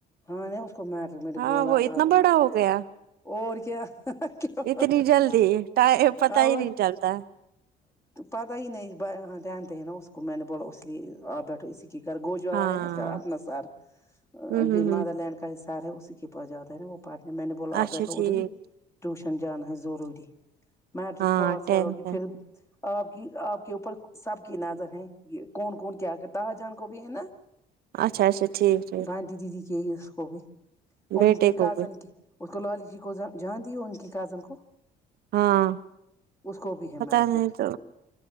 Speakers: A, on the left; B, on the right.
A: ہاں نہیں اس کو میٹر میں نے
B: ہاں
A: بولا
B: وہ اتنا
A: اب
B: بڑا ہو گیا
A: اور کیا کیا
B: اتنی جلدی ٹ پت
A: اور
B: ہی نہیں چلتا
A: پتا ہی نہیں دھیان د ہیں نا اس کو میں نے بولو اس لیے آپ بیٹھو اسی کر گوجارا
B: ہاں
A: ہے نا اپنا سر
B: ہوں
A: یہ
B: ہوں ہوں
A: مادر لینڈ کا حساب ہے اسی کے پاس جاتا ہے نا وہ پارٹ میں نے بولا آپ
B: اچھا
A: بیٹھا ادری
B: ٹھیک
A: ٹیوشن جانا ہے ضروری میٹرک
B: ہاں
A: پاس
B: ٹینتھ
A: کرو گ
B: ہے
A: پھر آپ کی آپ کے اوپر سب کی نظر ہے کون کون کیا کرتا جان کو بھی ہے نا
B: اچھا اچھا ٹھیک ٹھیک
A: بانٹی دیدی کےی اس کو بھی <inaudible> اور
B: بیٹے
A: ان کی
B: کو
A: کازن
B: بھی
A: کی اس کو لالی جی کو جاں دی ان کی کازن کو
B: ہاں
A: اس کو بھی ہے
B: پتا
A: میٹرک
B: نہیں تو